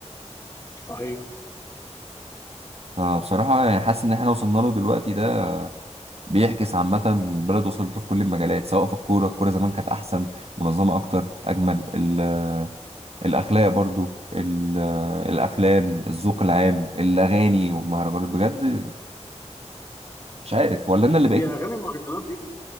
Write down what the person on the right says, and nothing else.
فبصراحة يعني حاسس إن إحنا وصلنا له دلوقتي ده بيعكس عامة البلد وصلت له في كل المجالات سواء في الكورة الكورة زمان كانت أحسن منظمة أكتر أجمل ال- آه، الأخلاق برضو ال- آه، الأفلام الذوق العام الأغاني والمهرجانات بجد مش عارف ولا أنا اللي بقيت